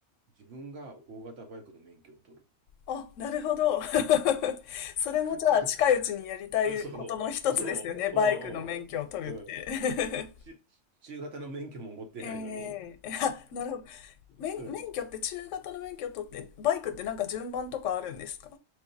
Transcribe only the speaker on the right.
自分が大型バイクの免許を取る。
<laughs> そう、そう、
うんうん、うん。ち中型の免許も持ってないのに、
うん